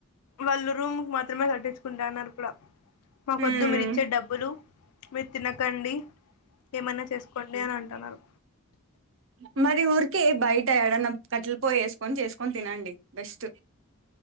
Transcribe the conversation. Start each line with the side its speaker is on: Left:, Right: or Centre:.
Left: వాళ్ళు రూమ్ కు మాత్రమే కట్టించుకుంటాన్నారు కూడా మాకొద్దు
Right: ఉమ్
Left: మీరు ఇచ్చే డబ్బులు మీరు తినకండి ఏమన్నా చేసుకోండి అని అంటున్నారు
Right: ఉమరి ఊర్ కే బయట ఎడన్నా కట్టలు పోయి వేసుకొని చేసుకొని తినండి బెస్ట్